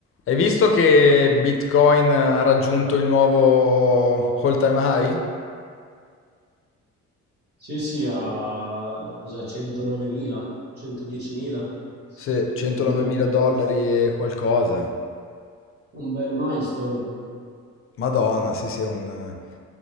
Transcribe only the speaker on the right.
Sì, sì, a cos'è, 109.000, 110.000,
un bel,
un bel milestone.